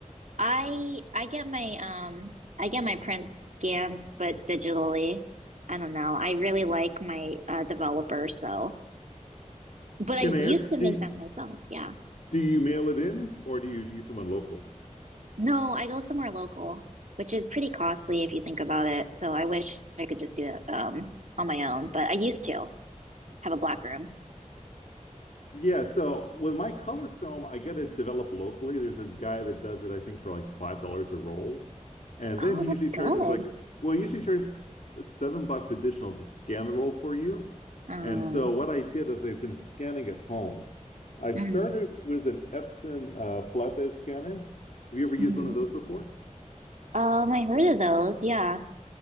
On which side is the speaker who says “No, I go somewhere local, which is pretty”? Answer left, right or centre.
Right